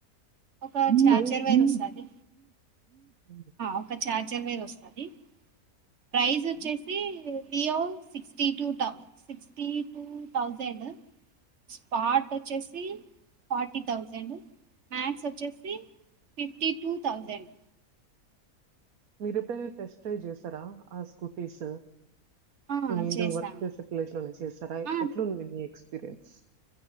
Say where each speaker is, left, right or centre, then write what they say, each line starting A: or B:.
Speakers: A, on the right; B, on the right.
A: ఒక చార్
B: ప్రైస్
A: చెరవైర్ వస్తుంది
B: ఉమ్,
A: ఒక చఛార్జర్ వేరు వస్తుంది ప్రైజ్
B: ఓకే
A: వచ్చేసి <unintelligible> స్పాట్ వచ్చేసి ఫార్టీ థౌజండ్ మ్యాథ్స్ వచ్చేసి ఫిఫ్టీ టూ థౌజండ్
B: మీరు ఎప్పుడైనా టెస్ట్ ట్రైవ్ చేస్తారా ఆ స్కూటీస్
A: ఆ
B: మీరు
A: చేశాను
B: వర్క్ చేసే ప్లేస్లోనే చేస్తారా
A: ఆ
B: ఎట్లుంది మీ ఎక్స్పీరియన్స్